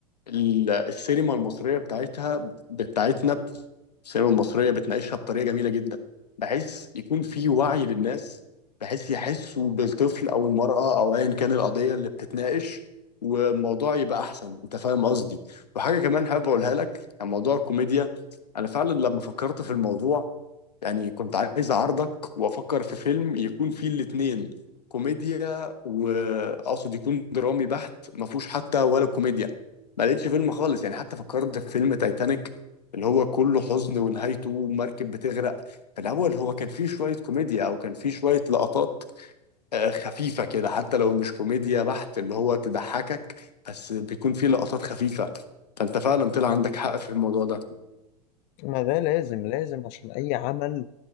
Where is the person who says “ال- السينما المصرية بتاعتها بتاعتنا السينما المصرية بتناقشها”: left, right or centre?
Left